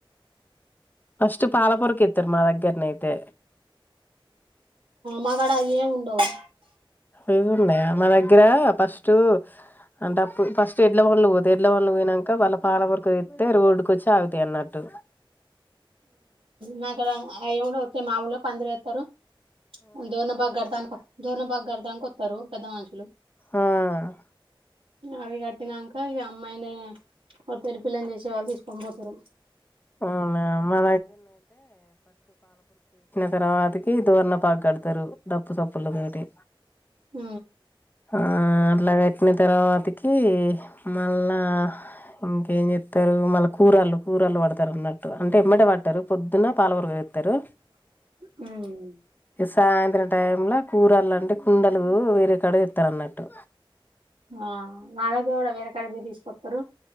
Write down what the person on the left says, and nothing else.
ఫస్ట్ పాలపరకి ఎత్తారు మా దగ్గరనయితే
ఇవీ కూడా ఉన్నాయా మ అగ్ర పస్ట్ అంటే అప్పుడు ఫస్ట్ ఎడ్ల బండ్లు పోతయ్ ఎడ్లబండ్లు పోయినాక వాళ్ళ పాలవరకు ఎత్తే రోడ్డుకు వచ్చి ఆగుతాయి అన్నట్టు
ఆ ఆ
అవునా మా తర్వాతకి డోర్నపాకు కడతారు డప్పు సప్పుల్లా తోటి
ఆ అట్లా కట్టిన తర్వాతకి మళ్ళా ఇంకేం చెప్తారు మళ్ళా కూరళ్లు కూరలు పడుతారు అన్నట్టు అంటే ఎమ్మటే పట్టారు పొద్దున పాలవరగ <unintelligible> తరు
సాయంత్రం టైం లో కూరలు అంటే కుండలు వేరే కాడ తెత్తారన్నట్టు